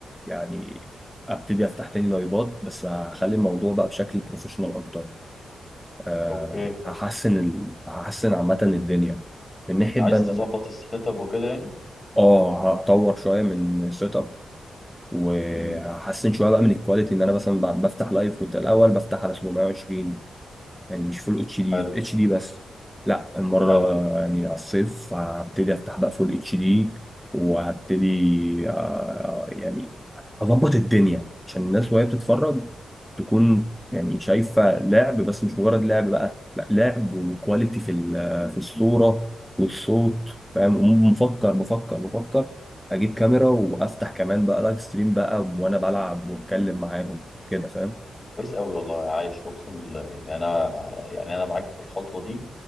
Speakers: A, in the centre; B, on the left (about 30°).
A: يعني ابتدي افتح تاني لايفات بس هخلي الموضوع بقى بشكل بروفيشنال اكتر آه،
B: اوكي
A: هحسن ال... هحسن عامه الدنيا من ناحيه
B: عايز
A: بقى ان
B: تظبط
A: انا
B: السيت اب وكده يعني
A: اه هطور شويه من السيت اب وهحسن
B: مم.
A: شويه بقى من الكواليتي ان انا مثلا ب- بفتح لايف كنت الاول بفتح على 720 يعني مش فول اتش دي
B: حلو
A: اتش دي بس لا المره
B: حلو
A: يعني على الصيف هبتدي افتح بقى فول اتش دي وهبتدي آه، يعني هظبط الدنيا عشان الناس وهي بتتفرج تكون يعني شايفه لعب بس مش مجرد لعب بقى لا لعب وكواليتي في ال- في الصوره والصوت فاهم مفكر مفكر مفكر اجيب كاميرا وافتح كمان بقى لايف ستريم بقى وانا بلعب واتكلم معاهم كده فاهم
B: كويس قوي والله عايش اقسم بالله يعني انا يعني انا معاك في الخطوه دي